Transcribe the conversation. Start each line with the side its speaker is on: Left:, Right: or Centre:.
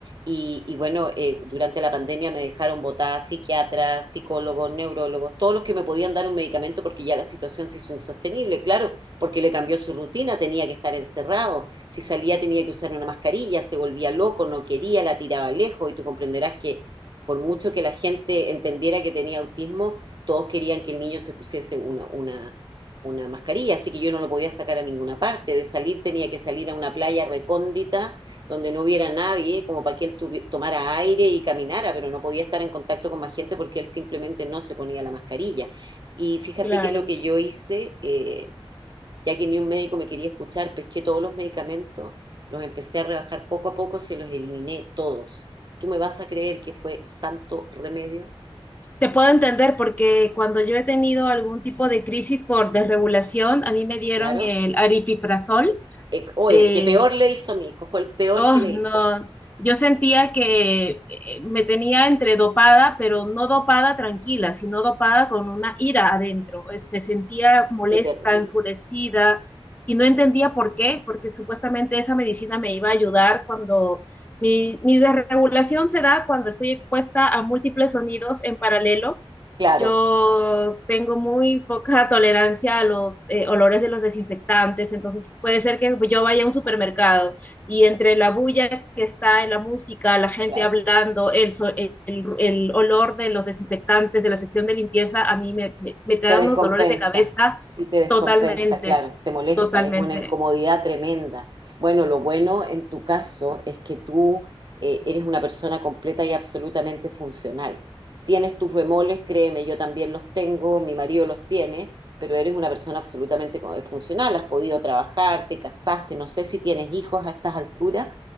Right: Y, y bueno, eh, durante la pandemia me dejaron botada psiquiatras, psicólogos, neurólogos, todos los que me podían dar un medicamento porque ya la situación se hizo insostenible, claro, porque le cambió su rutina, tenía que estar encerrado, si salía tenía que usar una mascarilla, se volvía loco, no quería, la tiraba lejos y tú comprenderás que por mucho que la gente entendiera que tenía autismo, todos querían que el niño se pusiese una, una, una mascarilla, así que yo no lo podía sacar a ninguna parte. De salir tenía que salir a una playa recóndita donde no hubiera nadie, como para que él tuvi- tomara aire y caminara, pero no podía estar en contacto con más gente porque él simplemente no se ponía la mascarilla. Y fíjate
Left: claro.
Right: que lo que yo hice, eh, ya que ni un médico me quería escuchar, pesqué todos los medicamentos, los empecé a rebajar poco a poco, se los eliminé todos. ¿Tú me vas a creer que fue santo remedio?
Left: Te puedo entender porque cuando yo he tenido algún tipo de crisis por desregulación, a mí me dieron
Right: Claro.
Left: el aripiprazol.
Right: Eh, O
Left: eh,
Right: el que peor le hizo a mi hijo, fue el peor
Left: Oh,
Right: que le hizo.
Left: no, yo sentía que eh, me tenía entre dopada, pero no dopada tranquila, sino dopada con una ira adentro. Es- me sentía molesta,
Right: Qué terrible.
Left: enfurecida y no entendía por qué, porque supuestamente esa medicina me iba a ayudar cuando mi, mi desregulación se da cuando estoy expuesta a múltiples sonidos en paralelo
Right: Claro,
Left: yo tengo muy poca tolerancia a los eh, olores de los desinfectantes, entonces puede ser que yo vaya a un supermercado y entre la bulla que está en la música, la gente
Right: claro.
Left: hablando, el, so- el, el olor de los desinfectantes de la sección de limpieza, a mí me, me, me trae
Right: Te descompensa
Left: unos dolores de cabeza
Right: y te descompensa,
Left: totalmente,
Right: claro, te molesta,
Left: totalmente.
Right: es una incomodidad tremenda. Bueno, lo bueno en tu caso es que tú eh, eres una persona completa y absolutamente funcional. Tienes tus bemoles, créeme, yo también los tengo, mi marido los tiene, pero eres una persona absolutamente co- eh, funcional, has podido trabajar, te casaste, no sé si tienes hijos a estas alturas,